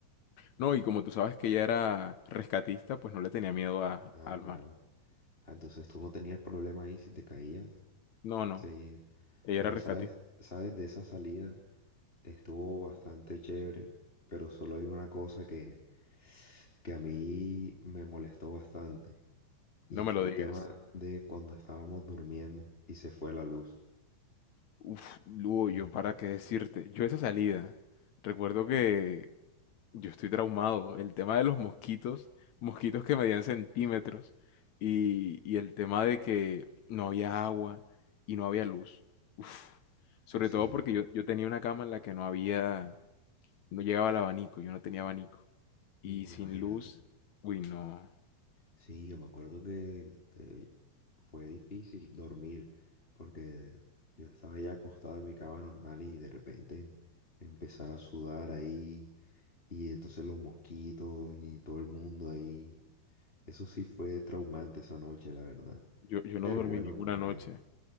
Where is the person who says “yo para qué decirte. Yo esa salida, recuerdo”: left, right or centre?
Left